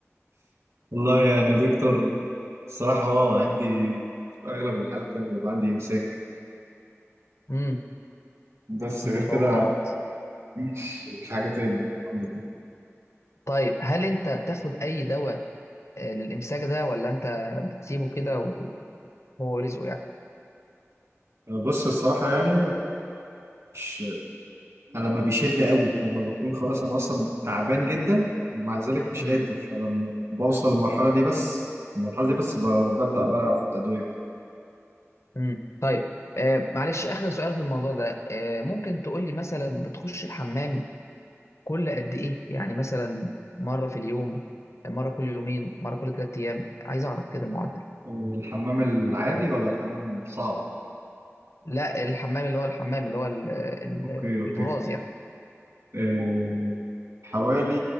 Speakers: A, on the right; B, on the left.
A: والله يعني يا دكتور الصراحة هو عندي في أغلب الحالات أنا بيبقى عندي إمساك
B: امم
A: بس
B: امم
A: غير كده
B: توقعت
A: مفيش مفيش حاجة تاني يعني الحمد لله
B: طيب هل انت بتاخد اي دواء آه، للامساك ده ولا انت بتسيبه كده وهو رزقه يعني
A: أه، بص الصراحة يعني مش أنا لما بيشد قوي لما بكون خلاص أنا أصلا تعبان جدا ومع ذلك مش
B: امم
A: قادر فلما بوصل للمرحلة دي بس المرحلة دي بس ب- ببدأ بقى آخد أدوية وبتاع.
B: امم طيب آه، معلش اخر سؤال في الموضوع ده آه، ممكن تقول لي مثلا بتخش الحمام كل قد ايه يعني مثلا مرة في اليوم مرة كل يومين مرة كل ثلاث ايام عايز اعرف كده المعدل
A: الحمام العادي ولا الحمام الصعب؟
B: لا الحمام اللي هو الحمام اللي هو ال- ال-
A: أوكي أوكي
B: البراز يعني
A: أه حوالي